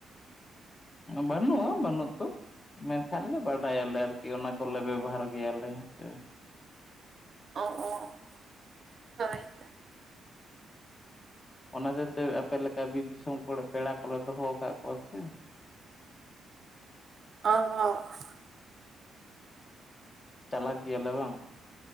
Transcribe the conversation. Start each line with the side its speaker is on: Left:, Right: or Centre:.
Left: ᱵᱟᱹᱱᱩᱜᱼᱟ ᱵᱟᱹᱱᱩᱜ ᱛᱚ᱾ ᱢᱮᱱᱠᱷᱟᱱ ᱞᱮ ᱵᱟᱰᱟᱭᱟᱞᱮ ᱟᱨᱠᱤ ᱚᱱᱟ ᱠᱚᱞᱮ ᱵᱮᱵᱚᱦᱟᱨ ᱜᱮᱭᱟᱞᱮ ᱦᱮᱸ ᱥᱮ᱾
Right: ᱟ - ᱚᱸ᱾ ᱦᱳᱭ ᱛᱚ᱾
Left: ᱚᱱᱟ ᱦᱳᱛᱮᱫ ᱛᱮ ᱟᱯᱮ ᱞᱮᱠᱟ ᱵᱤᱨ ᱫᱤᱥᱚᱢ ᱠᱚᱲᱟ, ᱯᱮᱲᱟ ᱠᱚᱞᱮ ᱫᱚᱦᱚ ᱟᱠᱟᱫ ᱠᱚᱣᱟ ᱥᱮ᱾
Right: ᱚᱻ
Left: ᱪᱟᱞᱟᱠ ᱜᱮᱭᱟ ᱞᱮ ᱵᱟᱝ?